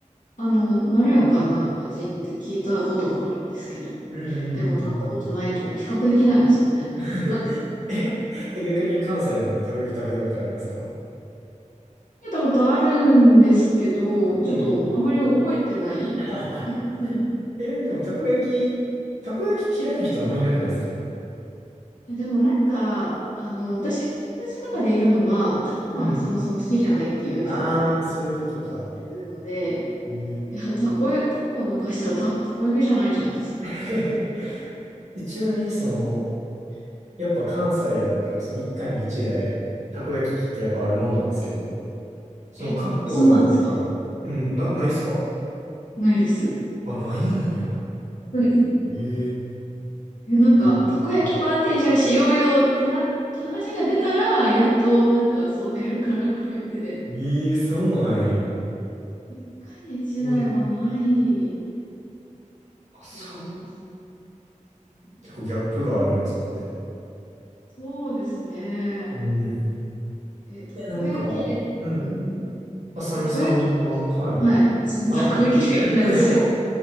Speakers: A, on the left; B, on the right.
A: あの、まろやかな味って聞いたことがあるんですけど、
B: うんうんうんうんうんうん。
A: でも食べたことないと比較できないですもんね。
B: <laughs>
A: <laughs>
B: え、え逆に関西のたこ焼き食べたことありますか
A: 食べたことあるんですけど、ちょっとあまり覚えてない。
B: うんうん。<laughs>
A: <laughs>
B: え、でもたこ焼き、たこ焼き嫌いな人あんまいなくないですか
A: あでもなんか、あの、私、友達の中でいるのは、タコはそもそも好きじゃないっていう人が
B: うん。ああ、そういうことか。
A: いるので、
B: ええ
A: いや、タコや、タコ抜かしたらタ、タコ焼きじゃないじゃん。
B: <laughs> えちなみにその、やっぱ関西やったら、その一家に一台、たこ焼き器ってやっぱあるもんなんですけど、その関東やったら、
A: え、嘘なんですか
B: うん、な、ないっすか
A: ないです。
B: あ、ないんや。
A: うん
B: ええ
A: え、なんか、
B: なんかうん。
A: たこ焼きパーティーじゃあしようよってなった話が出たら、やっとなんか揃えるかなぐらいで、
B: ええそうなんや。
A: 一家に一台はない
B: うん。あ、そう。
A: と思います。うん
B: 結構ギャップがあるんや、そこで。
A: そうですね。
B: うん。
A: え、たこ焼き、
B: で、なんか、
A: え、
B: うん。
A: うん。
B: あさみさんは、
A: たこ焼き、
B: はい。
A: はい。<laughs>
B: あ、
A: たこ焼きしか言ってない、
B: <laughs>
A: 私。